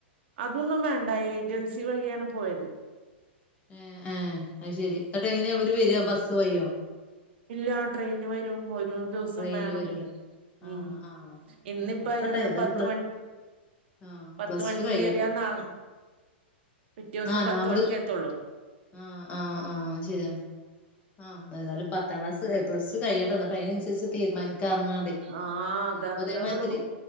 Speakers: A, on the right (about 65°); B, on the left (about 20°).
A: അതൊന്നും വേണ്ട ഏജൻസി വഴിയാണ് പോയത്.
B: ഏ ഏ അയ്ശരി ന്ന്ട്ട്ങ്ങനെ അവര് വരാ ബസ്സ് വയ്യോ?
A: ഇല്ലാ ട്രെയിന് വരും ഒരു രൂസം
B: ട്രെയിനില്
A: വേണം
B: വരൂലേ ആഹ്
A: ഉം
B: ആഹ്
A: ഇന്നിപ്പ
B: നോക്കട്ടെ
A: ഇന്ന്
B: ഏതായാലും
A: പത്ത്
B: പ്ല
A: മണി
B: ആഹ്
A: പത്ത്
B: പ്ലസ്
A: മണിക്ക്
B: ടു കഴിയട്ടെ
A: കയറിയാ നാളെ പിറ്റോസം
B: ആഹ്
A: പത്ത്
B: നമ്മള്
A: മണിക്കേ എത്തൊള്ളൂ.
B: ആഹ് ആഹ് ആഹ് അത്ശരിയാണ്. ആഹ് ഏതായാലും പത്ത് <unintelligible> ക്ലാസ്സ്‌ ഏയ് പ്സ് ടു കഴിയട്ടെന്ന്ട്ട് അയിനനുസരിച്ച് തീരുമാനി ക്കാറഞ്ഞ്ങ്ങാണ്ടയ്
A: ആഹ്
B: പിന്നെപ്പതേമാതിരി
A: അത് അത്രേ ഉള്ളൂ